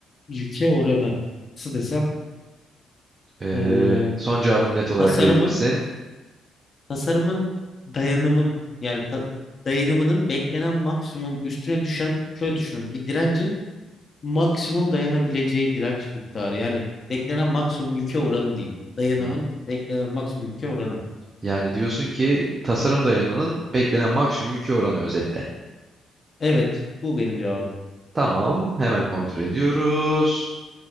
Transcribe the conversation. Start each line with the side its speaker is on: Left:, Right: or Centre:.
Left: yüke oranı nasıl desem
Right: Eee,
Left: ee,
Right: son cevabını net olarak
Left: tasarımın
Right: verebilirsin.
Left: tasarımın dayanımın yani ta- dayanımının beklenen maksimum üstüne düşen şöyle düşünün bir direncin maksimum dayanabileceği direnç miktarı. Yani beklenen maksimum yüke oranı değil. Dayanımın
Right: Hmm.
Left: beklenen maksimum yüke oranı.
Right: Yani diyorsun ki tasarım dayanımının beklenen maksimum yükü oranı özetle.
Left: Evet, bu benim cevabım.
Right: Tamam, hemen kontrol ediyoruz.